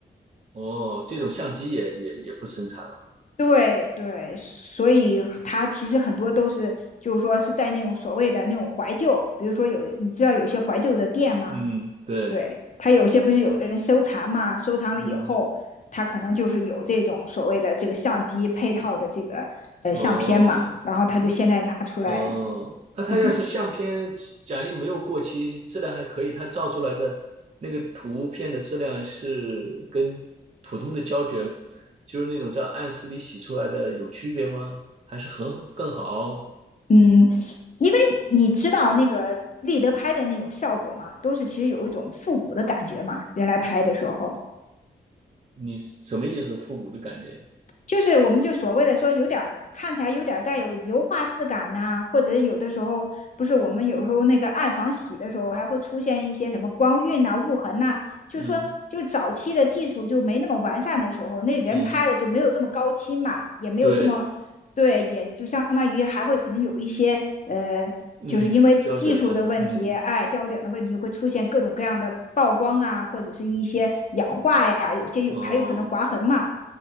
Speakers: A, on the right; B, on the left.
A: 哦，这种相机也也也不生产了。
B: 对对，所以它其实很多都是，就是说是在那种所谓的那种怀旧，比如说有你知道有些怀旧的店吗？
A: 嗯，对，
B: 对他有些不是有人收藏嘛，收藏了以后，
A: 嗯，
B: 他可能就是有这种所谓的这个相机配套的这个呃相片嘛，
A: 哦，
B: 然后他就现在拿出来，
A: 嗯，嗯，那他要是相片，
B: 嗯
A: 假定没有过期，质量还可以，他照出来的那个图片的质量是跟普通的胶卷，就是那种在暗室里洗出来的有区别吗？还是很更好？
B: 嗯，因为你知道那个立德拍的那种效果嘛，都是其实有一种复古的感觉嘛，原来拍的时候，
A: 你什么意思？复古的感觉？
B: 就是我们就所谓的说有点看起来有点带有油画质感呐、啊或者有的时候不是我们有时候那个暗房洗的时候还会出现一些什么光晕呐、啊雾痕呐、啊就是说就早期的技术就没那么完善的时候，
A: 嗯
B: 那人拍的就没有这么高清嘛，
A: 嗯，
B: 也没有这么对，
A: 对，
B: 也就相当于还会可能有一些呃。
A: 嗯，
B: 就是因为技术的问题，
A: 胶卷拍的，嗯
B: 哎，胶卷的问题会出现各种各样的曝光啊，或者是一些氧化呀，有些有还有可能划痕嘛。
A: 哦。